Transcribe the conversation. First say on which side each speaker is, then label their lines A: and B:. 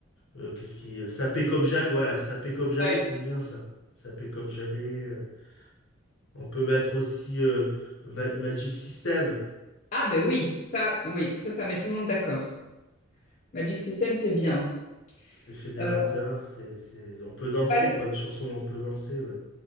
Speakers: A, on the left; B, on the left.
A: euh, qu'est-ce qui... Sapé comme jamais, voilà, Sapé comme jamais,
B: ouais.
A: j'aime bien ça. Sapé comme jamais. euh. On peut mettre aussi euh, Ma- Magic System.
B: Ah, ben oui, ça, oui, ça, ça met tout le monde d'accord. Magic System, c'est bien.
A: C'est fédérateur,
B: Euh,
A: c'est, c'est... on peut danser,
B: alors,
A: quoi, des chansons où on peut danser. ouais.